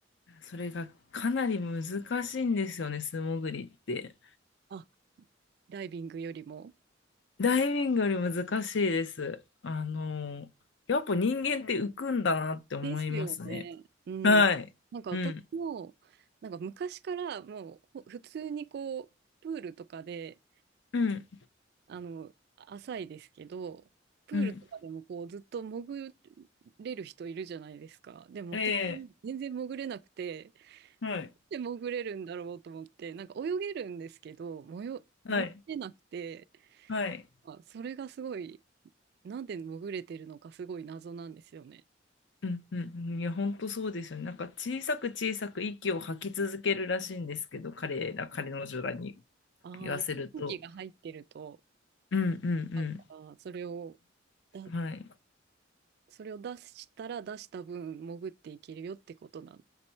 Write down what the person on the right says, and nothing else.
あ、ダイビングよりも。
ですよね。うん。
なんか私も、
なんか昔からもうほ普通にこう、プールとかで、
あの、浅いですけど、プールとかでもこうずっと潜
れる人いるじゃないですか。でも私は全然潜れなくて、
で潜れるんだろうと思って、なんか泳げるんですけど、もよ、
潜れなくて、
まあ、それがすごい、なんで潜れてるのかすごい謎なんですよね。
ああ、
やっぱり空気が入ってると、
なんかそれを、だ、
それを出したら出した分潜っていけるよってことなん